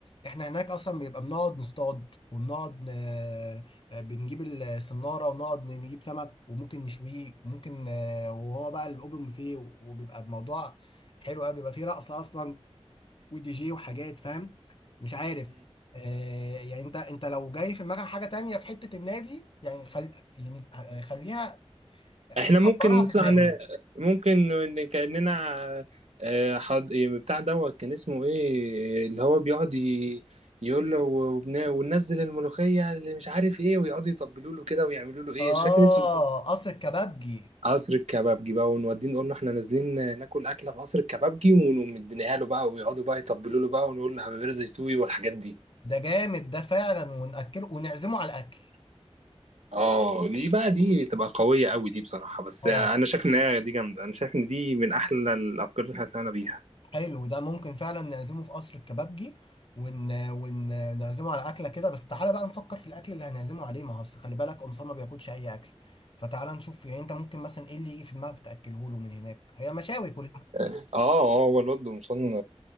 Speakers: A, on the left; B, on the right.
A: احنا هناك اصلا بيبقى بنقعد نصطاد وبنقعد ن... آه، بنجيب الصناره ونقعد نجيب سمك وممكن نشويه وممكن آه، وهو بقى الاوبن بوفيه وبيبقى الموضوع حلو قوي بيبقى فيه رقص اصلا ودي جي وحاجات فاهم مش عارف آه يعني انت انت لو جاي في دماغك حاجه تانية في حته النادي يعني خل... يعني آه، خليها آه،
B: احنا ممكن
A: كبرها
B: نطلع
A: في دماغي
B: ن... ممكن ن- كأننا آه، حض... بتاع دوت كان اسمه ايه اللي هو بيقعد ي... يقول له وبن... وننزل الملوخية اللي مش عارف ايه ويقعدوا يطبلوا له كده ويعملوا له ايه
A: اه
B: مش فاكر اسمه إيه.
A: قصر الكبابجي
B: قصر الكبابجي بقى ونوديه نقول له احنا نازلين ناكل أكلة في قصر الكبابجي ونقوم مديناها له بقى ويقعدوا بقى يطبلوا له بقى ونقول له حبيبي رزق يستوي والحاجات دي
A: ده جامد ده فعلا ونأكله ونعزمه على الاكل
B: اه دي بقى دي تبقى قوية قوي دي بصراحة بس
A: اه
B: انا شايف ان هي دي جامدة انا شايف ان دي من احلى الافكار اللي احنا طلعنا بيها
A: حلو ده ممكن فعلا نعزمه في قصر الكبابجي ون... ونعزمه على اكله كده بس تعالى بقى نفكر في الاكل اللي هنعزمه عليه ما هو أصل خلي بالك قمصان ما بياكلش اي اكل فتعالى نشوف يعني انت ممكن مثلا ايه اللي يجي في دماغك تاكله له من هناك هي مشاوي كلها
B: اه اه هو الواد قمصان